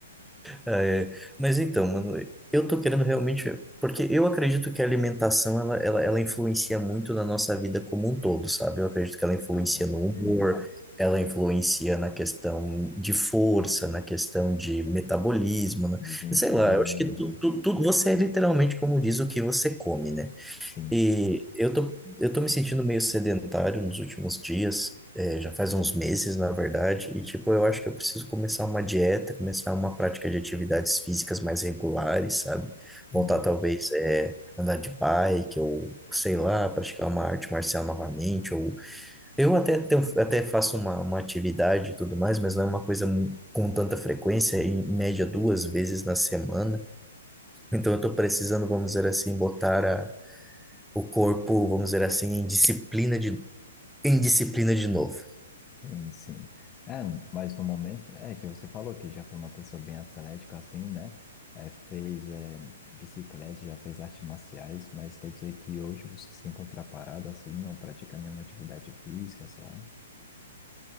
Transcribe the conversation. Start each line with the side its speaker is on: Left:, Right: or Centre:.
Centre: Ah, é. Mas então, mano, eu tô querendo realmente, porque eu acredito que a alimentação ela, ela, ela influencia muito na nossa vida como um todo, sabe? Eu acredito que ela influencia
Left: Não, com certeza.
Centre: no humor, ela influencia na questão de força, na questão de metabolismo, né?
Left: Desempenho,
Centre: Sei lá, eu acho que
Left: né?
Centre: tu, tu, tu- você é literalmente como diz o que você come, né?
Left: sim.
Centre: E eu tô, eu tô me sentindo meio sedentário nos últimos dias, é, já faz uns meses, na verdade, e tipo, eu acho que eu preciso começar uma dieta, começar uma prática de atividades físicas mais regulares, sabe?
Left: Uhum.
Centre: Voltar talvez é, andar de bike, ou sei lá, praticar uma arte marcial novamente, ou eu até, tenho- até faço uma, uma atividade e tudo mais, mas não é uma coisa mu- com tanta frequência, em média duas vezes na semana. Então eu tô precisando, vamos dizer assim, botar a o corpo, vamos dizer assim, em disciplina de, em disciplina de novo.
Left: Sim, sim. É, mas no momento, é que você falou que já foi uma pessoa bem atlética, assim, né? É, fez é, bicicleta, já fez artes marciais, mas quer dizer que hoje você se encontra parado, assim, não pratica nenhuma atividade física, sei lá.